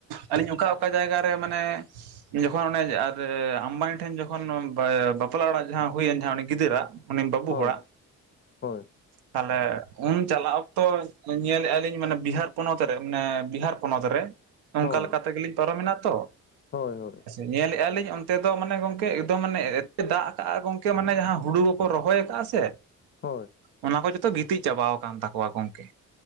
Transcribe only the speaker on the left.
ᱦᱳᱭ
ᱦᱳᱭ᱾
ᱦᱳᱭ
ᱦᱳᱭ ᱦᱳᱭ᱾
ᱦᱳᱭ